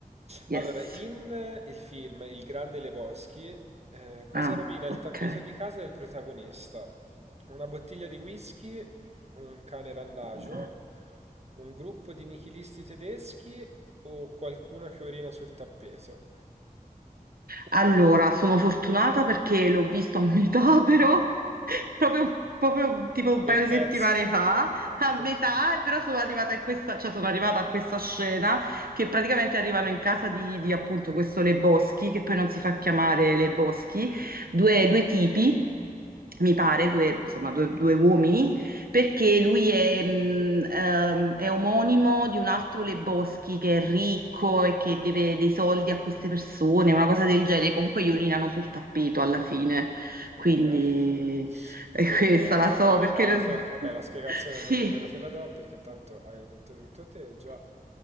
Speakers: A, on the right; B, on the right.
A: Yes.
B: Allora, in eh, il film Il Grande Lebowski, eh, cosa
A: Ah,
B: rovina il
A: ok.
B: tappeto di casa del protagonista? Una bottiglia di whisky, un cane randagio,
A: Ah.
B: un gruppo di nichilisti tedeschi o qualcuno che orina sul tappeto?
A: Allora, sono fortunata perché l'ho visto a metà, però,
B: Ok.
A: <laughs> proprio, proprio tipo un
B: Quel
A: paio
B: pezzo.
A: di settimane fa,
B: Ecco.
A: a metà, però sono arrivata a questa, cioè sono arrivata a questa scena che praticamente arrivano in casa di, di appunto questo Le Boschi, che poi non si fa chiamare Le Boschi, due, due tipi, mi pare, due, insomma, due, due uomini perché lui è, mh, ehm, è omonimo di un altro Le Boschi che è ricco e che deve dei soldi a queste persone, una cosa del genere. Comunque gli urinano sul tappeto alla fine,
B: Ok,
A: quindi
B: <laughs>
A: è
B: quindi
A: questa
B: niente,
A: la
B: ha
A: so
B: indovinato.
A: perché
B: Vabbè,
A: <laughs>
B: la spiegazione
A: sì.
B: me- nemmeno se la do perché tanto hai detto tutto te già.